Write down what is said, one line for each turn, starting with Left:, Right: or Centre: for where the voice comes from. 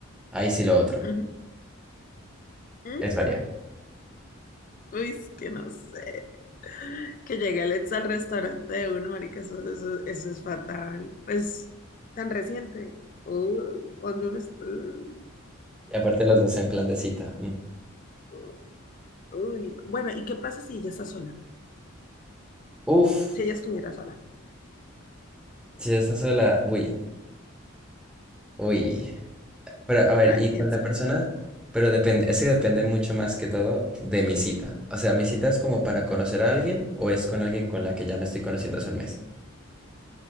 Centre: ahí sí lo otro.
Left: Ujú. Mm,
Centre: Eso haría.
Left: Uy, es que no sé. Que llegue el ex al restaurante de uno, marica, eso, eso, eso es fatal. Pues, tan reciente. Uh, cuando uno es- uh,
Centre: Y aparte los dos en plan de cita. mm.
Left: uh, uy, no. Bueno, ¿y qué pasa si ella está sola?
Centre: Uf,
Left: Si ella estuviera sola.
Centre: si estás sola, uy, uy. Pero, a ver,
Left: A
Centre: y
Left: ver, piénsalo.
Centre: con la persona, pero depende, ese depende mucho más que todo de mi cita. O sea, ¿mi cita es como para conocer a alguien o es con alguien con la que ya me estoy conociendo hace un mes?